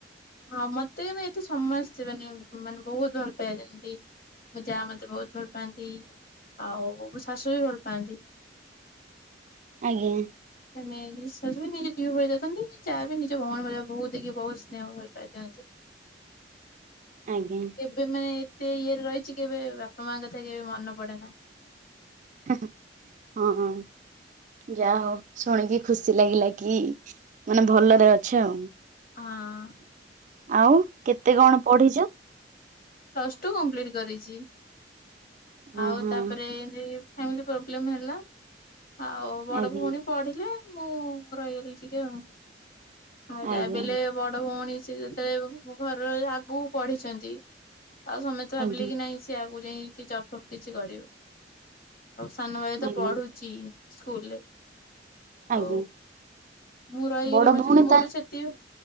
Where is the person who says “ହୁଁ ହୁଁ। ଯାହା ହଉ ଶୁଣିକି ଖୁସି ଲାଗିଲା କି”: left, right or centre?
Right